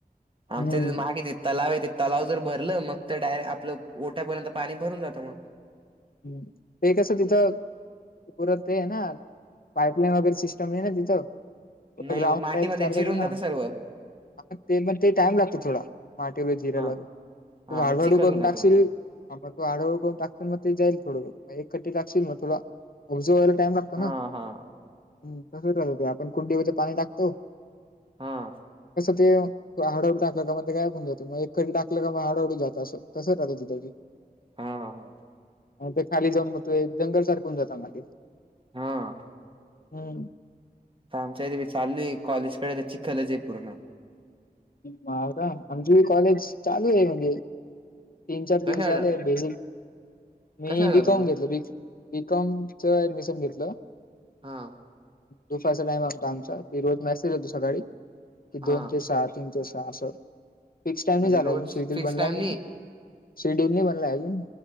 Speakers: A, on the right (about 30°); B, on the left (about 65°).
A: आमच्या
B: हम्म
A: तिथं <unintelligible> तलाव आहे ते तलाव जर भरलं मग तर डाय आपलं गोठ्यापर्यंत पाणी भरून जातं मग.
B: हम्म ते कसं तिथं पुरत ते ना. पाईपलाईन वगैरे सिस्टम नाही ना तिथं,
A: नाही
B: ग्राउंड
A: मग मातीमध्ये
B: टाईप चारज
A: जिरून
B: आहे ना.
A: जातं सर्व
B: हा ते पण ते टाइम लागतो थोडा, माटी वी जिरल,
A: हा हा
B: वाडवाडू
A: मग चिखल
B: करून
A: होऊन जातो
B: टाकशील. हा मग तो आडळ <unintelligible> टाकशील मग ते जाईल थोड मग एक कटी टाकशील मग तुला <unintelligible> टाईम लागतो
A: हा
B: ना,
A: हा
B: हम्म् तसंच आहे ते आपण कुंडीमध्ये पाणी टाकतो.
A: हा.
B: ते हाडळू टाकलं <unintelligible> काय होऊन जातं मग एककडे टाकलं का मग हडळू जात असं. तसचं करायचे दाजी.
A: हम.
B: मग ते खाली जाऊन मग ते जंगल सारखं होऊन जातं मग ते.
A: हा.
B: हम्.
A: आमच्या इथे बी चालूये कॉलेजकडे तर चिखलच आहे पूर्ण.
B: बारा आमची बी कॉलेज चालू आहे म्हणजे तीन चार
A: कशाला
B: दिवस झाले बेसिक, मी
A: कशाला
B: बी
A: जातो
B: कॉम
A: तू?
B: घेतलय बी बी कॉम च ऍडमिशन घेतलं.
A: हा.
B: दुपारचा टाईम असतो आमचा की रोज मेसेज येतो सकाळी की
A: हा
B: दोन ते सात तीन ते सहा असं, फिक्स टाइम
A: म्हणजे
B: नाही झाला
A: रोज
B: अजून शेड्युल
A: फिक्स
B: बनला
A: टाइम
B: नाही. शेड्युल नाही बनलाय अजून,